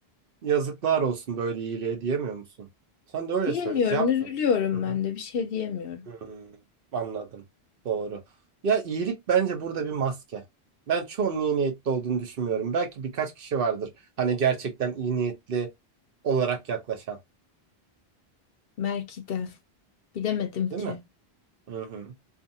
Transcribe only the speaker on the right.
Yazıklar olsun böyle iyiliğe diyemiyor musun? Sen de öyle
söyle cevap
ver. Hı hı.
Hmm, anladım. Doğru. Ya iyilik bence burada bir maske. Ben çoğunun iyi niyetli olduğunu düşünmüyorum. Belki birkaç kişi vardır. Hani gerçekten iyi niyetli olarak yaklaşan.
Değil mi? Hı hı.